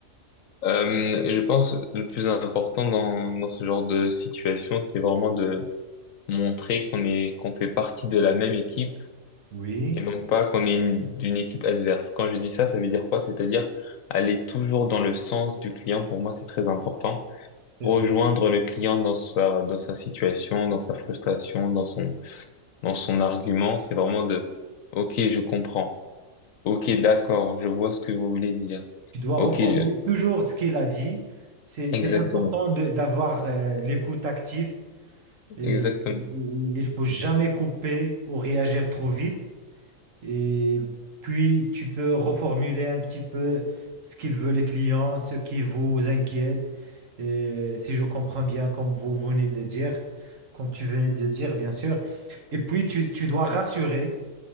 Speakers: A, on the left; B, on the right.
A: Euh, et je pense que le plus important dans, dans ce genre de situation, c'est vraiment de montrer qu'on est qu'on fait partie de la même équipe
B: Oui,
A: et non pas qu'on est une- d'une équipe adverse. Quand je dis ça, ça veut dire quoi? C'est-à-dire aller toujours dans le sens du client. Pour moi, c'est très important.
B: c'est
A: Rejoindre
B: vrai.
A: le client dans sa dans sa situation, dans sa frustration, dans son dans son argument, c'est vraiment de OK, je comprends. OK, d'accord, je vois ce que vous voulez dire.
B: Tu dois
A: OK,
B: reformuler
A: je...
B: toujours ce qu'il a dit. C'est,
A: Exactement.
B: c'est important de- d'avoir euh, l'écoute active. Et,
A: Exactement.
B: il faut jamais couper ou réagir trop vite. Et puis, tu peux reformuler un petit peu ce qu'ils veulent les clients, ce qui vous inquiète. Et si je comprends bien, comme vous venez de dire, comme tu venais de dire, bien sûr. Et puis, tu, tu dois rassurer